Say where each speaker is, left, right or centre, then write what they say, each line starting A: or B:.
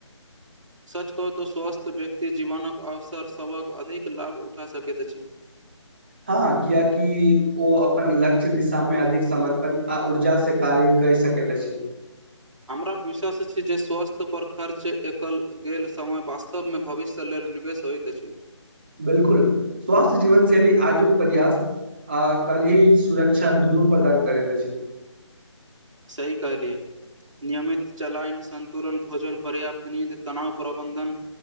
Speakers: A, on the right; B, on the right.
A: <inaudible> सच कहऽ तऽ स्वस्थ्य व्यक्ति जीवनक अवसर सभक अधिक लाभ उठा सकैत अछि
B: हँ कियाकि ओ अपन लक्ष्य दिशामे अधिक समर्पण आ ऊर्जा से कार्य कहि सकैत अछि
A: हमरा विश्वास अछि जे स्वास्थ्य पर खर्च एकल गेल समय वास्तवमे भविष्य लेल निवेश होइत अछि
B: बिलकुल स्वास्थ्य जीवन शैली आजुक प्रयास आ कलही सुरक्षा दून प्रदान करै अछि
A: सही कहलिये नियमित चलायन संन्तुलन भोजन पर्याप्त निंद तनाव प्रबन्धन